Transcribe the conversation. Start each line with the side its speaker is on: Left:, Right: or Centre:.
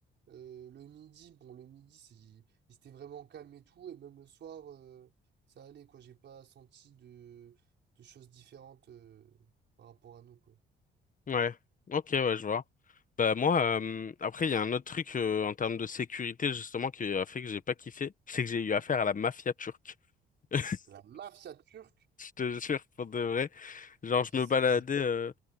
Right: Euh, le midi, bon, le midi, c'est, il s'était vraiment calme et tout. Et même le soir, euh, ça allait, quoi. J'ai pas senti de, de choses différentes euh, par rapport à nous, quoi.
Left: Ouais, ok, ouais, je vois. Bah moi, euh, après, il y a un autre truc euh, en termes de sécurité justement qui a fait que j'ai pas kiffé, c'est que j'ai eu affaire à la mafia turque. <laughs>
Right: La mafia turque.
Left: Je te jure, pour de vrai. Genre,
Right: Ok,
Left: je
Right: c'est-
Left: me baladais. euh,